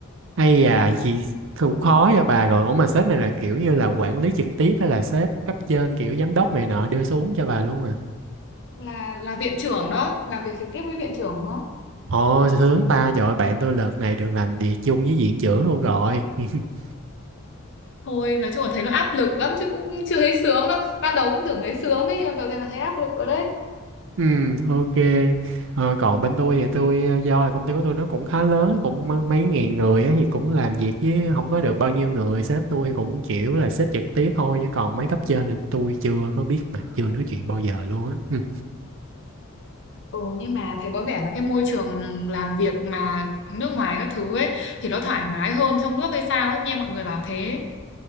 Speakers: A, on the right; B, on the left.
A: Hay à, chị cũng khó cho bà rồi. Ủa mà sếp này là kiểu như là quản lý trực tiếp hay là sếp cấp trên kiểu giám đốc này nọ đưa xuống cho bà luôn à?
B: Là là viện trưởng đó, làm việc trực tiếp với viện trưởng đó.
A: Ồ, sướng ta, trời ơi, bạn tôi lượt này được làm việc chung với viện trưởng luôn rồi. <laughs>
B: Thôi nói chung là thấy nó áp lực lắm chứ cũng chưa thấy sướng đâu. Ban đầu cũng tưởng thấy sướng đấy nhưng mà giờ thấy là thấy áp lực rồi đấy.
A: Ừ, ok. Ờ, còn bên tôi thì tôi, ờ, do là công ty của tôi nó cũng khá lớn, cũng m- mấy ngàn người á, thì cũng làm việc với không có được bao nhiêu người. Sếp tôi thì cũng kiểu là sếp trực tiếp thôi, chứ còn mấy cấp trên là tôi chưa có biết mặt, chưa nói chuyện bao giờ luôn á. Ừ.
B: Ừ, nhưng mà thấy có vẻ là cái môi trường làm việc mà nước ngoài các thứ ấy thì nó thoải mái hơn trong nước hay sao ấy nghe mọi người bảo thế